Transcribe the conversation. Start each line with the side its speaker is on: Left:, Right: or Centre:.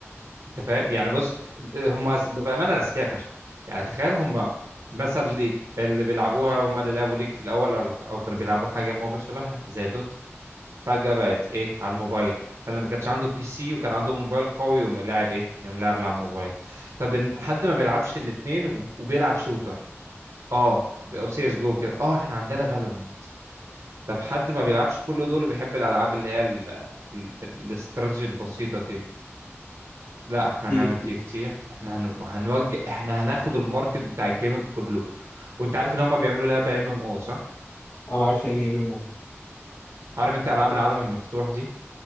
Right: انت فاهم يعني بص هم بامانه اذكياء فشخ يعني تخيل هم مثلا ليج اللي بيلعبوها هم اللي لعبوا ليج في الاول او أو كانوا بيلعبوا حاجه ما شبهها زي دوت فجأة بقت ايه على الموبايل فلما كانش عنده بي سي وكان عنده موبايل قوي يقوم لاعب ايه يقوم لاعب على الموبايل طب إن- حد ما بيلعبش الاتنين وب- وبيلعب شوتر اه او سي اس جو كده اه احنا عندنا فالورانت طب حد ما بيلعبش كل دول وبيحب الالعاب اللي هي ال- ال- الاستراتيجي البسيطة دي لا احنا
Left: تي
Right: هنعمل
Left: اف تي
Right: تي اف تي احنا هن- هنوجه احنا هناخد الماركت بتاع الجيمنج كله وانت عارف ان هم بيعملوا لعبة ام ام او صح
Left: انا ما اعرفش يعني ايه ميمو
Right: عارف انت العاب العالم المفتوح دي